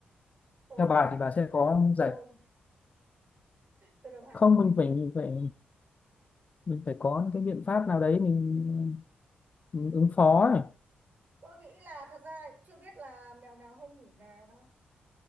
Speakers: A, on the right; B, on the left.
A: tôi
B: theo
A: đầu
B: bà
A: hàng
B: thì bà sẽ
A: đấy
B: có giải
A: tôi tôi đầu hàng
B: không mình phải mình phải mình phải có những cái biện pháp nào đấy mình, mình ứng phó ấy.
A: tôi nghĩ là thật ra chưa biết là mèo nào không ngủ nào đâu